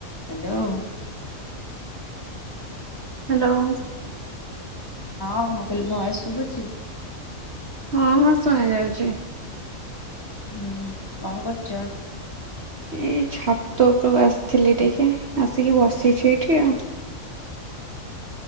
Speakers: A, on the left; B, on the right.
A: Hello
B: hello
A: ହଁ ମୁଁ କହିଲି ଭୟେସ ଶୁଭୁଛି
B: ହଁ ହଁ ଶୁଣା ଯାଉଛି
A: ହୁଁ କଣ କରୁଛ
B: ଏଇ ଛାତ ଉପକୁ ଆସିଥିଲି ଟିକେ ଆସିକି ବସିଛି ଏଇଠି ଆଉ
A: <inaudible>